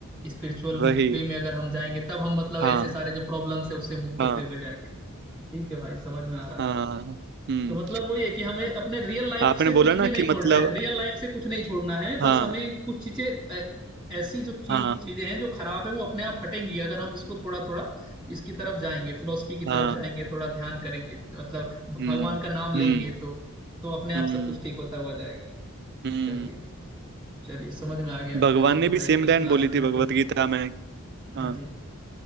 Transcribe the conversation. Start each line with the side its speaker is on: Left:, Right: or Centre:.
Centre: स्पिरिचुअल
Right: वही
Centre: वे में अगर हम जाएंगे तब हम मतलब
Right: हाँ
Centre: ऐसे सारे जो प्रॉब्लम्स है उससे मुक्त
Right: हाँ
Centre: होते हुए जाएंगे ठीक है भाई समझ में
Right: हाँ
Centre: आ रहा है
Right: हम्म
Centre: तो मतलब वही है कि हमें अपने रियल लाइफ
Right: आपने
Centre: से कुछ
Right: बोला ना
Centre: भी नहीं
Right: कि
Centre: छोड़ना
Right: मतलब
Centre: है रियल लाइफ से कुछ नहीं छोड़ना है बस
Right: हाँ
Centre: हमें कुछ चीजें अ, ऐसी जो चीज
Right: हाँ
Centre: चीजें हैं जो खराब है वो अपने आप हटेंगी अगर हम इसको थोड़ा थोड़ा इसकी तरफ जाएंगे फिलोसफी की
Right: हाँ
Centre: तरफ जाएंगे थोड़ा ध्यान करेंगे मतलब भगवान
Right: हम्म
Centre: का नाम लेंगे
Right: हम्म
Centre: तो तो अपने आप
Right: हम्म
Centre: सब कुछ ठीक होता हुआ जाएगा
Right: हम्म
Centre: चलिए चलिए समझ में आ गया मुझे
Right: भगवान
Centre: और
Right: ने
Centre: बताइए
Right: भी सेम
Centre: कुछ
Right: लाइन
Centre: लास्ट
Right: बोली थी
Centre: पॉइंट
Right: भगवत
Centre: हो
Right: गीता में
Centre: हाँ
Right: हाँ
Centre: जी